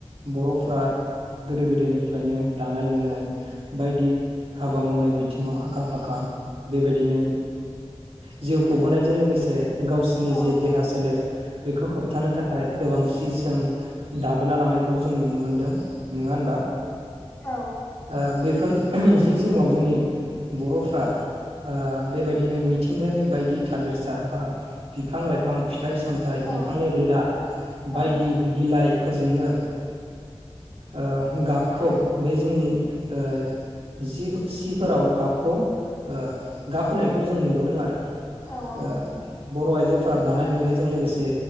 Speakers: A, on the right; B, on the left.
A: बर'फ्रा। गोदो गोदायनिफ्रायनो दानाय लुनाय बायदि। हाबा मावनाय बिथिङाव आ। आखा फाखा बेबायदिनो जिउ गबोनायजों लोगोसे गावसिनि
B: औ
A: जे देहा सोलेर बेखौ होबथानो थाखाय गोबां सि जोम दाबोना लानायखौ जों नुनो मोनदों नोंङा होनबा?
B: औ
A: ओ बे फोर जि समाव जोंनि बरफ्रा आ बेबायदिनो मिथिंगानि बायदि थादेरसा बा बिफां लाइफां फि थाइ सामथाइ
B: औ
A: बिफांनि रोदा
B: औ
A: बायदि बिलाइ फोरजोंनो ओ गाबखौ बे जोंनि ओ जि सिफोराव गाबखौ ओ गाब होनायखौ जों नुबोदों आरो
B: औ
A: ओ बर आइजोफोरा दानाय लुनायजों लोगोसे